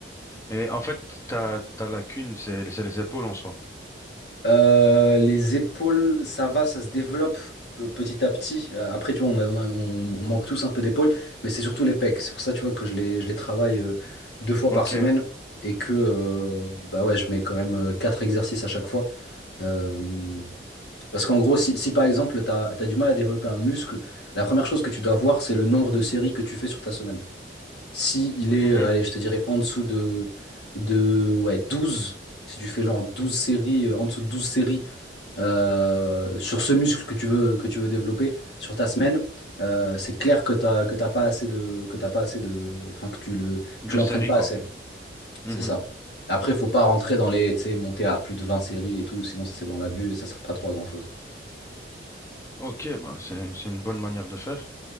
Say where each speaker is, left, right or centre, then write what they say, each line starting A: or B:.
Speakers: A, on the left; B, on the left.
A: Et en fait, ta, ta lacune, c'est, c'est les épaules en soi.
B: Euh, les épaules, ça va, ça se développe pe- petit à petit. Euh, Après, tu vois, on, a- on a- on- on manque tous un peu d'épaules, mais c'est surtout les pecs. C'est pour ça, tu vois, que je les, je les travaille euh, deux fois
A: Ok.
B: par semaine et que euh, bah ouais, je mets quand même euh, quatre exercices à chaque fois. Euh, parce qu'en gros, si, si par exemple, tu as, du mal à développer un muscle, la première chose que tu dois voir, c'est le nombre de séries que tu fais sur ta semaine. Si il est,
A: Mhm.
B: euh, allez, je te dirais en dessous de, de ouais, 12. si tu fais genre 12 séries, euh, en dessous de 12 séries euh, sur ce muscle que tu veux, que tu veux développer sur ta semaine, euh, c'est clair que t'as, que t'as pas assez de, que t'as pas assez de, enfin, que tu le,
A: De
B: tu l'entraînes
A: série,
B: pas
A: quoi.
B: assez.
A: Mhm.
B: C'est ça. Après, il faut pas rentrer dans les, tu sais, monter à plus de 20 séries et tout, sinon ça c'est dans l'abus et ça sert pas trop à grand-chose.
A: Ok, bah, c'est, c'est une bonne manière de faire,